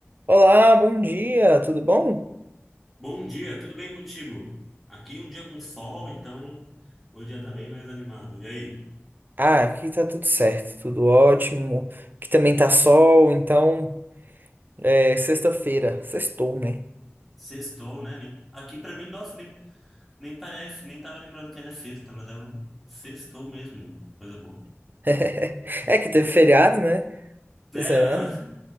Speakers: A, on the right; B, in the centre.
A: Olá, bom dia, tudo bom?
B: Bom dia, tudo bem contigo? Aqui um dia com sol, então o dia tá bem mais animado. E aí?
A: Ah, aqui tá tudo certo, tudo ótimo. Aqui também tá sol, então é sexta-feira, sextou, né?
B: Sextou, né? Nem- Aqui pra mim, nossa, nem, nem parece, nem tava lembrando que era sexta, mas é um sextou mesmo. Coisa boa.
A: <laughs> É que teve feriado, né?
B: É,
A: Essa semana.
B: aham.